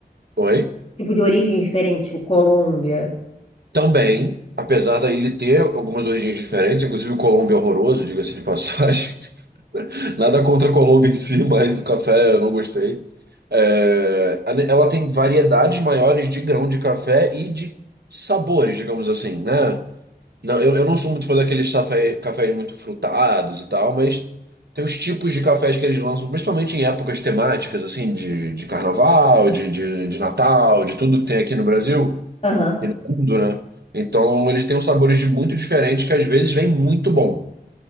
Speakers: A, on the right; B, on the left.
A: Oi?
B: Tipo, de origens diferentes, tipo Colômbia.
A: Também, apesar da ele ter algumas origens diferentes, inclusive o Colombo é horroroso, diga-se de passagem. Nada contra a Colômbia em si, mas o café eu não gostei. É, ela tem variedades maiores de grão de café e de sabores, digamos assim, né? Não, eu, eu não sou muito fã daqueles café, cafés muito frutados e tal, mas tem os tipos de cafés que eles lançam, principalmente em épocas temáticas, assim, de, de carnaval, de, de, de Natal, de tudo que tem aqui no Brasil
B: Aham,
A: e no mundo, né? Então eles têm uns sabores de muito diferentes que às vezes vem muito bom.